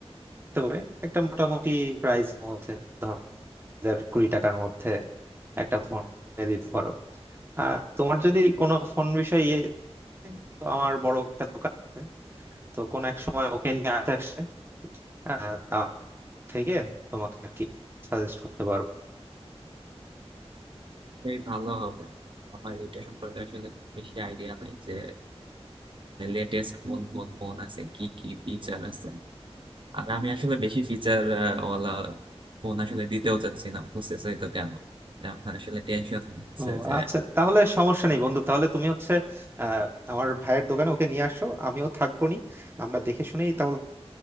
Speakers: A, on the right (about 20°); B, on the right (about 50°).
A: হতে পারে একটা মোটামুটি প্রাইস মধ্যে ধর হাজার কুড়ি টাকার মধ্যে একটা ফোন কিনে দিতে পারো আর তোমার যদি কোনো ফোন বিষয়ে ইয়ে তো আমার বড় একটা দোকান আছে তো কোন এক সময় ওকে নিয়ে আসে আহ, তা থেকে তোমাকে আর কি সাজেস্ট করতে পারবো
B: এই ভালো হবে আমার এটা সম্পর্কে আসলে খুব বেশি আইডিয়া নাই যে লেটেস্ট কোন কোন ফোন আছে কি কি ফিচার আছে আর আমি আসলে বেশি ফিচার ওয়ালা ফোন আসলে দিতেও চাচ্ছি না বুঝতেছি তো কেন আমার আসলে টেনশন হচ্ছে
A: ও
B: যে
A: আচ্ছা তাহলে সমস্যা নেই বন্ধু তাহলে তুমি হচ্ছে আহ আমার ভাইয়ের দোকানে ওকে নিয়ে আসো আমিও থাকবো নি আমরা দেখে শুনেই তাহলে